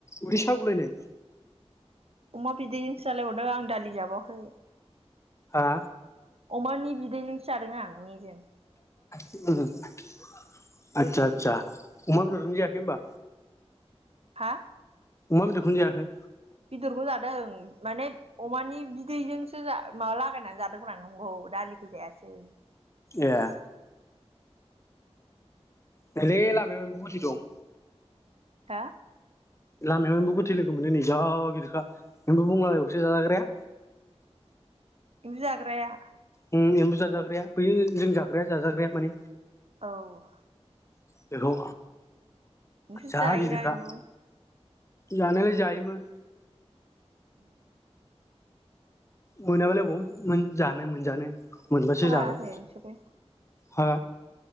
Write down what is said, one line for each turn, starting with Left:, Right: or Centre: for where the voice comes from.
Left: उदै सागु लायनाय।
Right: अमा बिदैजोंसो जालायबावदों आं दालि जाबावाखै।
Left: हा
Right: अमानि बिदैजोंसो जादों आं मेजेम।
Left: <unintelligible> आतसा आतसा। अमा बेदरजों जायाखै होनबा?
Right: हा?
Left: अमा बेदरखौनो जायाखै?
Right: बेदरबो जादों माने अमानि बिदैजोंसो माबा लागायनानै जादों। नंगौ दालिखौ जायासै।
Left: ए। नैलै लामायाव एम्बु गोथै दं।
Right: हा?
Left: लामायाव एम्बु गोथै लोगो मोनदों नै जा गिदिरखा एम्बु बुंग्ला लायबावसो जाजाग्राया।
Right: जाग्राया।
Left: उम एम्बु जाजाग्राया बैयो जों जाग्राया जाजाग्राया माने
Right: औ
Left: बेखौ
Right: नोंसोर
Left: जा
Right: जायोना
Left: गिदिरखा
Right: एम्बु
Left: जानायालाय जायोमोन
Right: <inaudible>
Left: मोनाबालाय बबाव मोनजानो मोनजानो
Right: <unintelligible>
Left: मोनबासो जागोन हा